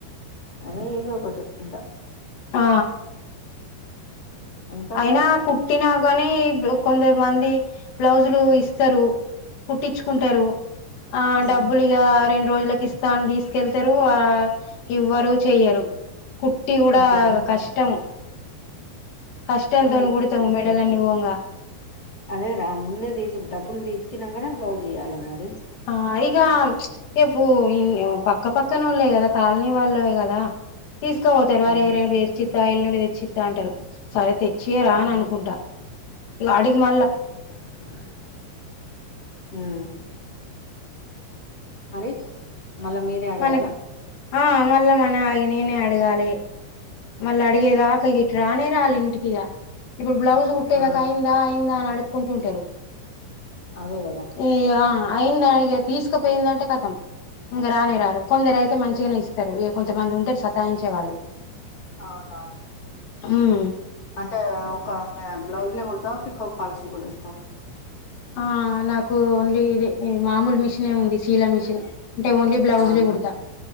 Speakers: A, on the left; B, on the left.
A: అదే ఏదో ఒకటి ఇంత,
B: ఆ.
A: ఇంకా
B: అయినా కుట్టినా గానీ, బు కొందమంది బ్లౌజులు ఇస్త్, త్తరు, కుట్టించుకుంటరు. ఆ
A: ఉమ్
B: డబ్బులు ఇగ, రెండు రోజులకి ఇస్తా అని దిస్కెళ్తారు. ఆ ఇవ్వరు చెయ్యరు. కుట్టి గుడా
A: అంతేనా
B: కష్టమ్. కష్టంతోని
A: ఆ,
B: గుడుతమ్, మెడలన్నీ పొంగా.
A: అదే రా ముందే దిసుకు, డబ్బులు దిచ్చినంకనే బ్లౌజ్ ఇయ్యాల మరి.
B: ఆ ఇగా, ఏపు ఇన్ ఆ పక్క పక్కన ఓళ్లే గదా, కాలనీ వాళ్ళే గదా. తీస్కవోతరు
A: అవును
B: అరే రేపు తెచ్చిత్తా, ఎల్లుండి తెచ్చిత్తా అంటారు. సరే తె చేయరా
A: ఉమ్
B: అని అనుకుంటా. ఇగా అడిగి మల్ల
A: <unintelligible> ఉమ్ మరి, మళ్ళ మీరే అడగాల?
B: మనకి ఆ మళ్ళ మన ఇగ నేనే అడగాలే. మళ్ళ అడిగేదాక ఇగ ఇటు రానే రాల్ ఇంటికి. ఇగ. ఇప్పుడ్ బ్లౌజ్ కుట్టేదాక
A: ఆ
B: అయిందా, అయిందా అని అడుక్కుంటుంటరు.
A: అదే కదా
B: ఇగ అయిందా, ఇగా తీసుకుపోయిందంటే కతం. ఇంగ రానే రారు. కొందరు అయితే మంచిగనే ఇస్తారు. ఇగ కొంతమంది ఉంటరు, సతాయించే వాళ్ళు.
A: అవునవును.
B: ఉమ్మ్.
A: అంటే ఒక ఆమె బ్లౌజ్లే కుడ్తవ, పీకో ఫాల్స్ గుడా ఇస్తవా?
B: ఆ నాకు ఓన్లీ ఇది, ఈ మామూలు మిషినే ఉంది, శీల మిషిన్. అంటే ఓన్లీ బ్లౌజ్లే
A: అవునా
B: గుడ్తా,